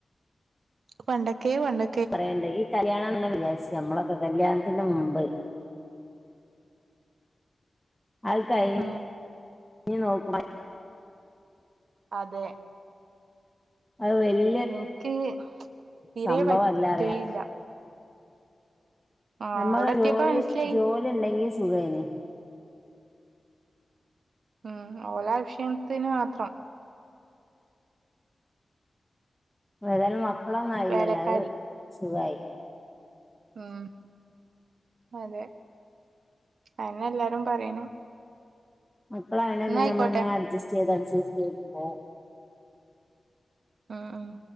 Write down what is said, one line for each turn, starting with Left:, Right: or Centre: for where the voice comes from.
Right: പണ്ടക്കെ പണ്ട്
Centre: പറയണ്ടേ ഈ കല്യാണം എന്നന്നെ വിചാരിച്ച നമ്മളൊക്കെ കല്യാണത്തിൻ്റെ മുമ്പ് അത് കഴിഞ്ഞഞ്
Right: ഉം
Centre: നോക്ക
Right: അതെ
Centre: അത് വല്
Right: എനിക്ക് തീരെ
Centre: സംഭവല്ലാറ
Right: പറ്റയില്ല ആഹ്
Centre: നമ്മക്ക്
Right: അവിടെ എത്തിയപ്പോ
Centre: ജോലി
Right: മനസ്സിലായി
Centre: ജോലി ഉണ്ടെങ്കി സുഖേന്
Right: ഉം ഓലാക്ഷീണത്തിന് മാത്രം
Centre: ഏതായാലും മക്കളൊന്നും ആയില്ലല്ലോ
Right: വേലക്കാരി
Centre: അത് സുഖായി
Right: ഉം അതെ അന്നെ എല്ലാരും പറയണ
Centre: മക്കള ആണെ പിന്നെ
Right: ആയിക്കോട്ടെ
Centre: നമ്മളങ്ങനെ അഡ്സ്റ്റ് ചെയ്ത് അഡ്സ്റ്റ് ചെയ്ത് പോം
Right: ആഹ് ആഹ്